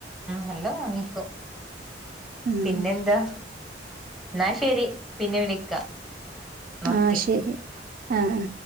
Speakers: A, in the centre; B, on the right.
A: നല്ല വാങ്ങിക്കും
B: ആഹ്
A: പിന്നെ എന്താ എന്നാ ശരി പിന്നെ വിളിക്കാം. ഓക്കെ
B: ആഹ് ശരി ആഹ്